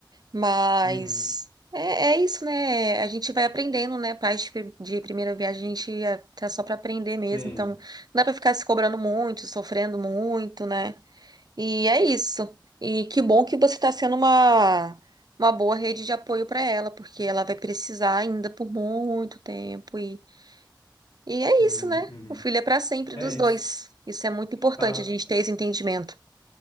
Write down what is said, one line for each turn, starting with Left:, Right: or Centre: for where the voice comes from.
Right: Mas
Left: Uhum,
Right: é, é isso, né? A gente vai aprendendo, né? Pais de, pri- de primeira viagem, a gente é, tá só pra aprender mesmo.
Left: sim,
Right: Então não dá pra ficar se cobrando muito, sofrendo muito, né? E é isso. E que bom que você tá sendo uma, uma boa rede de apoio pra ela, porque ela vai precisar ainda por muito tempo. E, e é
Left: uhum,
Right: isso, né?
Left: uhum.
Right: O filho é pra sempre
Left: É
Right: dos
Left: isso.
Right: dois. Isso é muito importante,
Left: Pra-
Right: a gente ter esse entendimento.